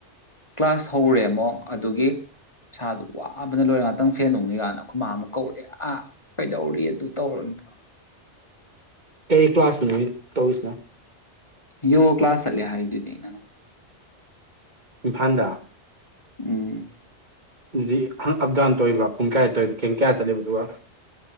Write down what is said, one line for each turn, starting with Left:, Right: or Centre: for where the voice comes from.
Left: ꯀ꯭ꯂꯥꯁ ꯍꯧꯔꯦ ꯑꯃꯨꯛ ꯑꯗꯨꯒꯤ ꯏꯁꯥꯗꯨ ꯋꯥꯕꯅ ꯂꯣꯏꯔ ꯉꯥꯛꯇꯪ ꯐꯦꯟ ꯅꯣꯛꯉ ꯀꯥꯏꯅ ꯈꯨꯈꯣꯏꯃ ꯑꯃꯨꯛ ꯀꯧꯔꯛꯑꯦ ꯑꯥ ꯀꯩꯗꯧꯔꯤ ꯑꯗꯨ ꯇꯧꯔꯅꯤ ꯇꯧꯔ
Right: ꯀꯩ ꯀ꯭ꯂꯥꯁ ꯅꯨꯃꯤꯠ ꯇꯧꯔꯤꯁꯤꯅꯣ
Left: ꯌꫭꯒ ꯀ꯭ꯂꯥꯁ ꯆꯠꯂꯦ ꯍꯥꯏꯗꯨꯗꯤ ꯑꯩꯅ ꯅꯪꯉꫭꯟꯗ
Right: ꯏꯝꯐꯥꯜꯗ
Left: ꯎꯝ
Right: ꯑꯗꯨꯗꯤ ꯑꯞ ꯗꯥꯎꯟ ꯇꯧꯔꯤꯕ ꯄꯨꯡ ꯀꯌꯥꯗ ꯇꯧꯔꯤꯕ ꯄꯨꯡ ꯀꯌꯥ ꯆꯠꯂꯤꯕ ꯑꯗꯨꯒ